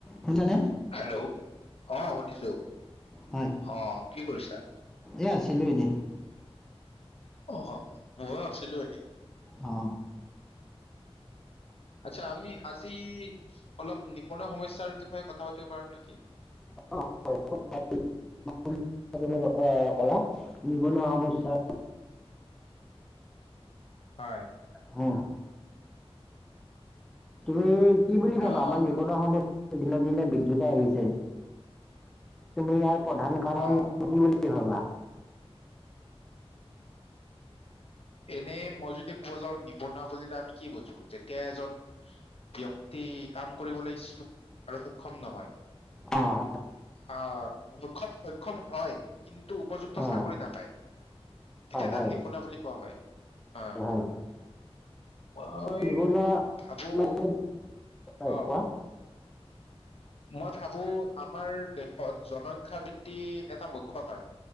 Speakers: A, in the centre; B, on the left.
A: শুনিছানে?
B: হেল্লৌ' অঁ' শুনিছো,
A: হয়
B: অঁ' কি কৰিছা?
A: এ, আছিলো এনেই।
B: অহ, ময়ো আছিলো এনেই।
A: অঁ'।
B: <inaudible> আৎচ্ছা আমি আজি অলপ নিবনুৱা সমস্যাৰ বিষয়ে কথা পাতিব পাৰিম নেকি?
A: <unintelligible> অঁ কলা, নিবনুৱা সমস্যা।
B: হয়।
A: হুঁ, তুমি কি বুলি ভাবা
B: আহ
A: আমাৰ নি- নিবনুৱা সমস্যা দিনক দিনে বৃদ্ধি পাই আহিছে, তুমি ইয়াৰ- প্ৰধান কাৰণ
B: অ
A: কি বুলি ভাবা?
B: এনেই মই যদি কব যাওঁ নিবনুৱা বুলিলে আমি কি বুজো? যেতিয়া এজন ব্যক্তি কাম কৰিবলৈ ইচ্ছুক আৰু সুক্ষম নহয়।
A: অঁ
B: অ' সক্ষম সক্ষম হয়। কিন্তু উপযুক্ত
A: অঁ
B: চাকৰি নাপায় তেতিয়া তাক
A: হয়
B: নিবনুৱা বুলি কোৱা হয়। অ'!
A: হয় হয়
B: মই
A: নিবনুৱা
B: ভাবো,
A: মানে হয়,
B: অ'।
A: কোৱা
B: মই ভাবো আমাৰ দেশত জনসংখ্যা বৃদ্ধি এটা মুখ্য কাৰণ।